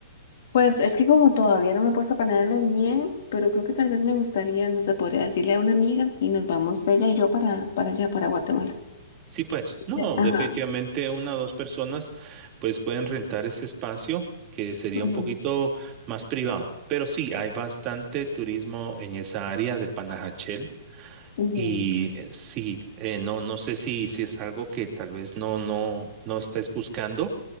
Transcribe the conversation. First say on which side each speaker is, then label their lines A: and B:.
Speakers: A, on the left; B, on the right.
A: Pues es que como todavía no me he puesto a planearlo bien, pero creo que tal vez me gustaría, no sé, podría decirle a una amiga y nos vamos ella y yo para, para allá, para Guatemala.
B: Sí, pues, no,
A: Eh, Ajá.
B: definitivamente una o dos personas pues pueden rentar ese espacio que sería
A: ujú,
B: un poquito más privado, pero sí, hay bastante turismo en esa área de Panajachel.
A: ujú,
B: Y eh, sí, eh, no, no sé si, si es algo que tal vez no, no, no estés buscando,